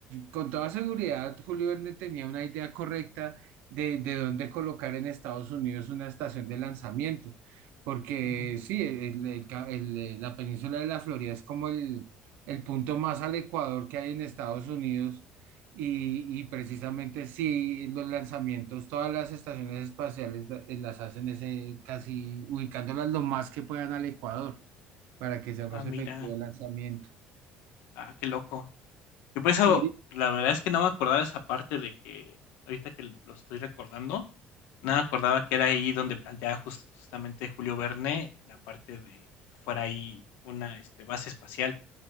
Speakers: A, on the right (about 75°); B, on the left (about 85°).
A: con toda seguridad, Julio Verne tenía una idea correcta de, de dónde colocar en Estados Unidos una estación de lanzamiento, porque
B: ujú.
A: sí, el- el ca- el- la península de la Florida es como el, el punto más al Ecuador que hay en Estados Unidos y, y precisamente sí los lanzamientos, todas las estaciones espaciales la- eh, las hacen ese, casi ubicándolas lo más que puedan al Ecuador para que sea más
B: Ah, mira,
A: efectivo el lanzamiento.
B: ah, qué loco. Yo por
A: Sí,
B: eso, la verdad es que no me acordaba de esa parte de que, ahorita que lo estoy recordando, no me acordaba que era ahí donde planteaba jus- justamente Julio Verne la parte de que fuera ahí una este, base espacial.